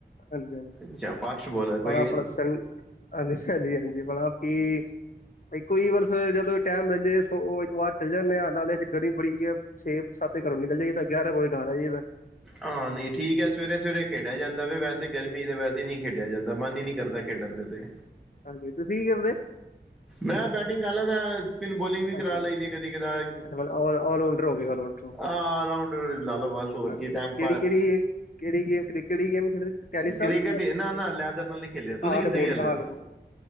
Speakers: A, on the left (about 50°); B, in the centre.
A: ਹਾਂਜੀ ਹਾਂਜੀ
B: ਅੱਛਾ ਫਾਸਟ ਬੋਲਰ
A: ਆਪਣਾ
B: ਕੋਈ
A: ਪ੍ਰਸਨ। ਹਾਂਜੀ ਹਾਂਜੀ ਹਾਂਜੀ ਮਤਲਬ ਕੀ ਇੱਕੋ ਹੀ ਬਸ ਜਦੋਂ ਵੀ ਟਾਈਮ ਮਿਲ ਜਾਏ ਸੋ ਉਹ ਇੱਕ ਵਾਰ ਚੱਲ ਜਾਂਦੇ ਆ ਨਾਲੇ ਅੱਜ ਗਰਮੀ ਬੜੀ ਹੈ। ਛੇ-ਸੱਤ ਵਜੇ ਘਰੋਂ ਨਿਕਲ ਜਾਈਦਾ ਗਿਆਰ੍ਹਾਂ ਵਜੇ ਘਰ ਆ ਜਾਈਦਾ।
B: ਹਾਂ ਨਹੀਂ ਠੀਕ ਹੈ ਸਵੇਰੇ ਸਵੇਰੇ ਖੇਡਿਆ ਜਾਂਦਾ ਵੀ ਵੈਸੇ ਗਰਮੀ ਤੇ ਵੈਸੇ ਨੀ। ਖੇਡਿਆ ਜਾਂਦਾ ਮਨ ਹੀ ਨਹੀਂ ਕਰਦਾ ਖੇਡਣ ਦੇ ਤੇ।
A: ਹਾਂਜੀ ਤੁਸੀਂ ਕੀ ਕਰਦੇ
B: ਮੈਂ ਬੈਟਿੰਗ ਕਰ ਲੈਣਾ। ਸਪਿਨ ਬੋਲਿੰਗ ਵੀ ਕਰਾ
A: ਅੱਛਾ
B: ਲਈਦੇ
A: ਅੱਛਾ
B: ਕਦੀ ਕਦਾਰ,
A: ਮਤਲਬ ਆਲਰਾਊਂਡਰ ਹੋ ਗਏ ਆਲਰਾਊਂਡਰ ਹੋ ਗਏ
B: ਆਲ ਰਾਊਂਡਰ ਲਾ ਲੋਓ ਬਸ ਹੋਰ। ਕੀ ਟਾਈਮ
A: ਕਿਹੜੀ
B: ਪਾਸ
A: ਕਿਹੜੀ ਕਿਹੜੀ ਗੇਮ ਕ੍ਰਿਕਟ ਗੇਮ ਖੇਡ ਦੇ ਟੈਨਿਸ
B: ਕ੍ਰਿਕਟ
A: ਨਾਲ।
B: ਨਾ ਨਾ ਲੈਦਰ ਨਾਲ ਹੀ ਖੇਲਿਆ ਤੁਸੀਂ
A: ਹਾੜ
B: ਕਿੱਥੇ
A: ਬੋਲ
B: ਖੇਲਦੇ
A: ਹਾੜਬੋਲ
B: ਹੋ